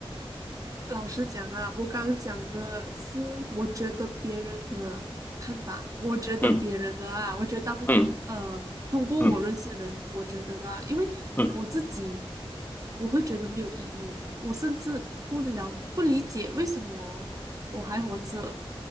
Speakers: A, on the right; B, on the left.
A: 老实讲啊，我刚刚讲的是我觉得别人的看法，我觉得别人的啊，
B: 嗯
A: 我觉得大部呃，
B: 嗯
A: 通过我认识的人，
B: 嗯
A: 我觉得的啊，因为我自己
B: 嗯
A: 我会觉得没有意义，我甚至不了不理解为什么我还活着，